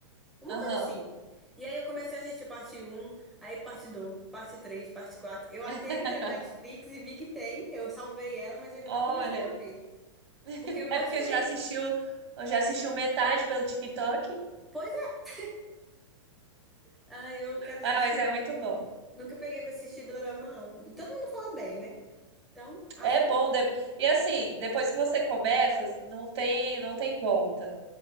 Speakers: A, in the centre; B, on the right.
A: Uma
B: Aham.
A: coisa assim. E aí eu comecei a assistir parte um aí parte dois parte três parte quatro Eu até
B: <laughs>
A: entrei na Netflix e vi que tem. Eu salvei ela, mas eu ainda
B: Olha,
A: não comecei a ver.
B: <laughs>
A: Porque eu
B: é
A: gostei.
B: porque já assistiu, já assistiu metade pelo TikTok?
A: Pois é. Ah, eu quero
B: Ah,
A: assistir,
B: mas é
A: porque
B: muito
A: eu
B: bom.
A: nunca peguei pra assistir dorama, não. E todo mundo fala bem, né? Então, acho
B: É
A: que
B: bom.
A: não.
B: de- E assim, depois que você começa, não tem, não tem volta.